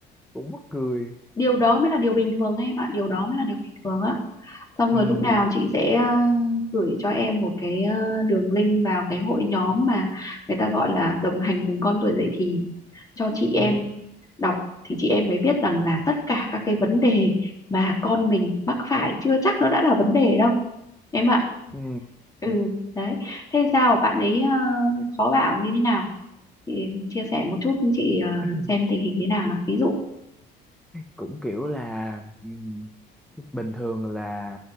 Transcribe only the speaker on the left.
điều đó mới là điều bình thường em ạ điều đó mới là điều bình thường á xong
rồi lúc nào chị sẽ ờ, gửi cho em một cái ờ, đường link vào cái hội nhóm mà người ta gọi là đồng hành cùng con tuổi dậy thì cho chị
em đọc thì chị em mới biết rằng là tất cả các cái vấn đề mà con mình mắc phải chưa chắc nó đã là vấn đề đâu em ạ
ừ đấy thế sao bạn ấy ờ, khó bảo như thế nào chị chia sẻ một chút chị ờ,
xem tình hình thế nào nào ví dụ